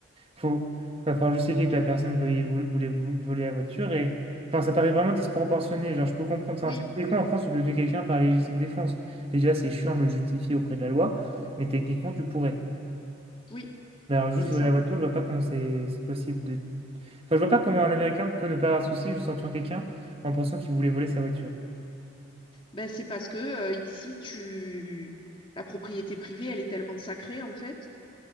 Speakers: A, on the right (about 30°); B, on the left (about 25°).
A: faut, va falloir justifier que la personne veuille- vou- voulait, vou- voler la voiture et, enfin, ça paraît vraiment disproportionné. Genre, je peux comprendre.
B: Oui,
A: Enfin, techniquement, en France, tu peux tuer quelqu'un par légitime défense. Et déjà, c'est chiant de le justifier auprès de la loi, mais techniquement, tu pourrais.
B: oui,
A: Mais alors, juste
B: c'est
A: voler
B: ça.
A: la voiture, je vois pas comment c'est c'est possible de. Enfin, je vois pas comment un Américain peut ne pas avoir de souci juste en tuant quelqu'un en pensant qu'il voulait voler sa voiture.
B: Ben, c'est parce que euh, ici, tu... la propriété privée, elle est tellement sacrée, en fait,